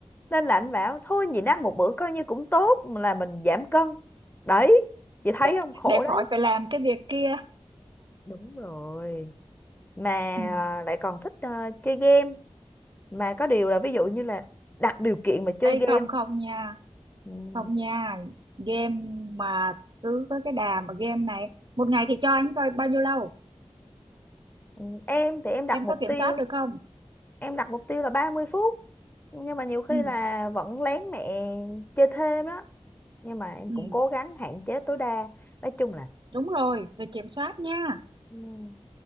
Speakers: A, on the left; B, on the right.
A: Nên là anh bảo thôi nhịn ăn một bữa coi như cũng tốt là mình giảm cân. Đấy, chị thấy
B: để,
A: không? Khổ
B: để
A: đấy.
B: khỏi phải làm cái việc kia
A: Đúng rồi mà
B: ừ.
A: à, lại còn thích à, chơi game mà có điều là ví dụ như là đặt điều kiện mà chơi
B: Ê,
A: game
B: không không nha
A: ừ.
B: Không nha, game mà cứ với cái đà mà game này một ngày thì cho anh coi bao nhiêu lâu
A: ừ, em thì em đặt
B: em
A: mục
B: có kiểm
A: tiêu
B: soát được không
A: em đặt mục tiêu là ba mươi phút nhưng mà nhiều khi
B: ừ
A: là vẫn lén mẹ chơi thêm đó nhưng mà em
B: ừ
A: cũng cố gắng hạn chế tối đa nói chung là
B: đúng rồi rồi kiểm soát nha
A: ừ,